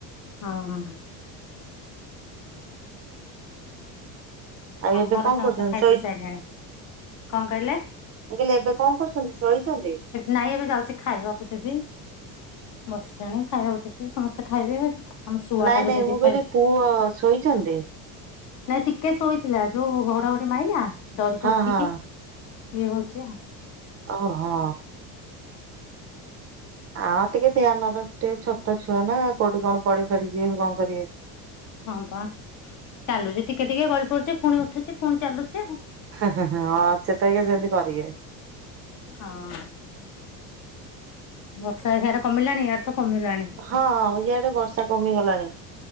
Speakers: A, on the left (about 40°); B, on the right (about 35°).
A: ହଁ ହଁ ଆଉ
B: ଏବେ
A: ଘର
B: କଣ
A: ସମସ୍ତେ
B: କରୁଛନ୍ତି
A: ଖାଇ ପି ସାରିଲଣି, କଣ କହିଲେ?
B: କହିଲେ ଏବେ କଣ କରୁଛନ୍ତି ସଇଛନ୍ତି?
A: ନାଇଁ ଏବେ ଯାଉଛି ଖାଇବାକୁ ଦେବି ବସିଲାଣି ଖାଇବାକୁ ଦେବି ସମସ୍ତେ ଖାଇବେ। ଆମ ଶୁଆ
B: ନାଇଁ
A: ଟାକୁ
B: ନାଇଁ
A: ଦେବି
B: ମୁଁ
A: ଖାଇବେ
B: କହିଲି ପୁଅ ଶୋଇଛନ୍ତି?
A: ନାଇଁ ଟିକେ ଶୋଇଥିଲା ଯୋଉ ଘଡଘଡି ମାଇଲା ଡରିକି
B: ହଁ
A: ଉଠିକି
B: ହଁ
A: ଇଏ ହଉଛି ଆଉ।
B: ଓ ହଁ ଆଉ ଟିକେ ଧ୍ୟାନ ର ଟିକେ ଛୋଟ ଛୁଆ ନା କୋଉଠି କଣ ପଢି ଫାଡି ଯିବେ କଣ କରିବେ।
A: ହଁ ବା ଚାଲୁଛି ଟିକେ ଟିକେ ଗଳିପଡଛି ପୁଣି ଉଠୁଛି ପୁଣି ଚାଲୁଛି ଆଉ।
B: ହଁ ସେ ତ ସେମତି କରିବେ।
A: ହଁ ବର୍ଷା ସେଆଡ଼େ କମିଲାଣି ୟାର ତ କମିଲାଣି।
B: ହଁ ଇଆଡେ ବର୍ଷା କମିଗଲାଣି।